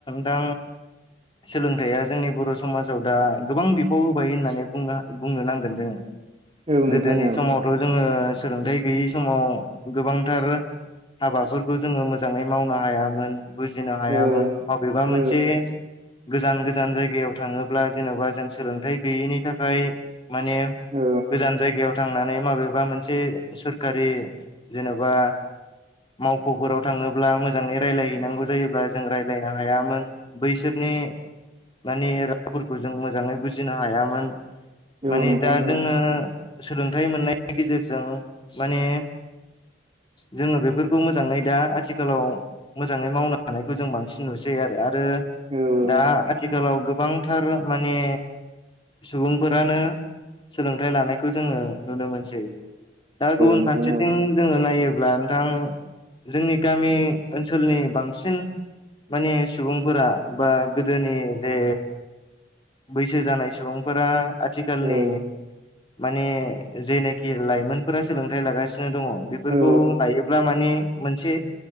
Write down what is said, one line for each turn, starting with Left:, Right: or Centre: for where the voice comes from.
Left: दा सोलोंथाइया जोंनि बर' समाजाव दा गोबां बिफाव होबाय होननानै बुंनो नांगोन जोङो
Right: औ नोंथां
Left: गोदोनि
Right: औ
Left: समाव ' जोङो सोलोंथाइ गैयै समाव गोबांथार हाबाफोरखौ जोङो मोजाङै मावनो हायामोन बुजिनो हायामोन
Right: औ
Left: बबेबा
Right: औ
Left: मोनसे गोजान गोजान जायगायाव थाङोब्ला जेन'बा जों सोलोंथाइ गैयैनि थाखाय माने
Right: औ
Left: गोजान जायगायाव थांनानै माबेबा मोनसे सोरखारि जेन'बा मावख'फोराव थाङोब्ला मोजाङै रायज्लायहैनांगौ जायोब्ला जों रायज्लायनो हायामोन बैसोरनि माने रावफोरखौ जों मोजाङै बुजिनो हायामोन
Right: औ
Left: माने
Right: नोंथां
Left: दा
Right: औ
Left: जोङो सोलोंथाइ मोननायनि गेजेरजों माने जोङो बेफोरखौ मोजाङै दा आथिखालाव मोजाङै मावनो हानायखौ जों बांसिन नुसै आरो आरो
Right: औ
Left: दा आथिखालाव गोबांथार माने सुबुंफोरानो सोलोंथाइ लानायखौ जोङो नुनो मोनसै दाग
Right: औ नोंथां
Left: फारसेथिं
Right: औ
Left: जोङो नायोब्ला नोंथां जोंनि गामि ओनसोलनि बांसिन मानि सुबुंफोरा बा गोदोनि जे बैसो जानाय सुबुंफोरा आथिखालनि
Right: औ
Left: माने जेनाखि लाइमोनफोरा सोलोंथाइ लागासिनो दङ बेफोरखौ
Right: औ
Left: नायायोोबब्ला माने मोनसे